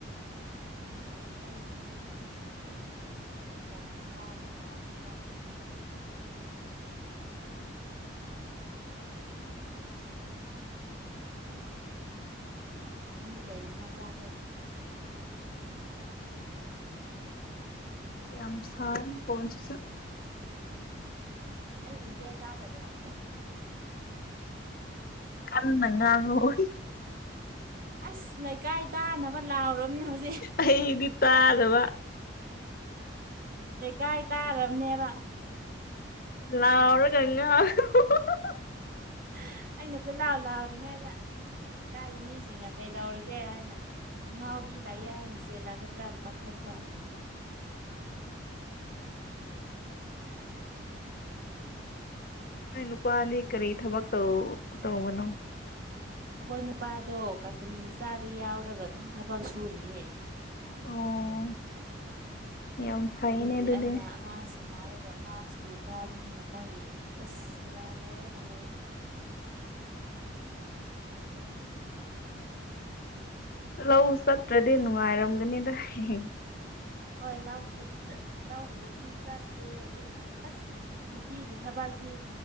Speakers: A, on the right; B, on the left.
A: <unintelligible> <unintelligible> ꯅꯪꯗꯤ ꯀꯩ ꯏꯟꯖꯥꯡ ꯆꯒꯦ
B: ꯌꯝ ꯁꯥꯏ ꯐꯣꯟꯁꯤꯁꯨ
A: ꯎꯝ ꯑꯩ ꯈꯣꯟꯖꯦꯜ ꯇꯥꯗꯕ꯭ꯔ
B: ꯀꯟꯅ ꯉꯥꯡꯉꯣ
A: ꯑꯁ ꯂꯩꯀꯥꯏ ꯇꯥꯅꯕ ꯂꯥꯎꯔꯕꯅꯦ ꯍꯧꯖꯤꯛ
B: ꯑꯩꯗꯤ ꯇꯥꯗꯕ
A: ꯂꯩꯀꯥꯏ ꯇꯥꯔꯕꯅꯦꯕ
B: ꯂꯥꯎꯔꯒ ꯉꯥꯎ ꯍꯨ ꯍꯨ ꯍꯨ
A: <unintelligible> ꯑꯩꯅ ꯀꯣꯏ ꯂꯥꯎ ꯂꯥꯎꯔꯤꯉꯩꯗ ꯑꯁ ꯂꯩꯀꯥꯏꯒꯤ ꯃꯤꯖꯤꯡꯅ ꯀꯩꯗꯧꯔꯒꯦ ꯍꯥꯏꯅ ꯑꯉꯥꯎꯕꯤ ꯂꯩꯌꯦ ꯍꯥꯏꯅ ꯆꯦ ꯂꯥꯛꯀꯗ꯭ꯔꯅ ꯄꯥꯈꯠꯄ
B: ꯅꯣꯏ ꯅꯨꯄꯥꯗꯤ ꯀꯔꯤ ꯊꯕꯛ ꯇꯧ ꯇꯧꯕꯅꯣ
A: ꯑꯈꯣꯏ ꯅꯨꯄꯥꯗꯣ ꯀꯝꯄꯅꯤ ꯃꯆꯥꯗ ꯌꯥꯎꯔꯒ ꯑꯗꯨꯝ ꯊꯕꯛ ꯁꯨꯔꯤꯌꯦ
B: ꯑꯣ ꯌꯥꯝ ꯐꯩꯅꯦ
A: ꯑꯗꯨꯒꯤ
B: ꯑꯗꯨꯗꯤ
A: ꯑꯩꯅ ꯑꯉꯥꯡꯁꯤ ꯅꯥꯔꯒ ꯑꯉꯥꯡ ꯁ꯭ꯀꯨꯜ ꯀꯥꯕꯅꯤꯅ ꯃꯣꯏꯒꯤ ꯑꯁ ꯁꯦꯕꯥ ꯇꯧꯔꯒ ꯂꯩ <inaudible> <inaudible>
B: ꯂꯧ ꯆꯠꯇ꯭ꯔꯗꯤ ꯅꯨꯡꯉꯥꯏꯔꯝꯒꯅꯤꯗ ꯍꯦ ꯍꯦ
A: ꯍꯣꯏ ꯂꯥꯎꯕꯕꯨ ꯆꯠ ꯂꯥꯎꯕꯕꯨꯗꯤ ꯆꯠꯇꯦ ꯑꯗꯨꯕꯨ ꯑꯁ ꯅꯨꯄꯤꯒꯤ ꯊꯕꯛ ꯇꯤ